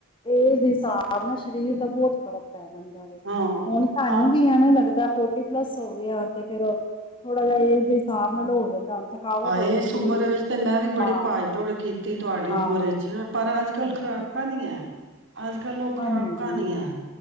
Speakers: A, on the left; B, on the right.
A: ਏਜ ਦੇ ਹਿਸਾਬ ਨਾ ਸਰੀਰ ਦਾ ਬਹੁਤ ਫ਼ਰਕ ਪੈ ਜਾਂਦਾ ਵ
B: ਹਾਂ
A: ਹੁਣ ਸਹਾਨੂੰ
B: ਅੱਜ
A: ਵੀ ਐਵੇਂ ਲੱਗਦਾ ਫੋਰਟੀ ਪਲੱਸ ਹੋ ਗ ਆ ਤੇ ਫੇਰ ਥੋੜਾ ਜ ਏਜ ਦੇ ਹਿਸਾਬ ਉਹ ਨਾਲ ਹੋ ਜਾਂਦਾ। ਥਕਾਵਟ
B: ਹਾਂ
A: ਹੋ ਜਾਂਦੀ
B: ਇਸ ਉਮਰ
A: ਹੈ
B: ਵਿੱਚ ਤੇ ਮੈਂ ਵੀ ਬੜੀ
A: ਹਾਂ
B: ਭਾਜ ਦੌੜ ਕੀਤੀ। ਤੀ ਤੁਹਾਡੀ
A: ਹਾਂ
B: ਉਮਰ ਵਿੱਚ ਪਰ ਅੱਜ ਕੱਲ੍ਹ
A: ਅੱਛਾ
B: ਖੁਰਾਕਾਂ ਨਹੀਂ ਹੈ। ਅੱਜ ਕੱਲ ਉਹ ਖੁਰਾਕਾਂ
A: ਨੀ ਹੈਗੀਆਂ
B: ਨਹੀਂ ਆ।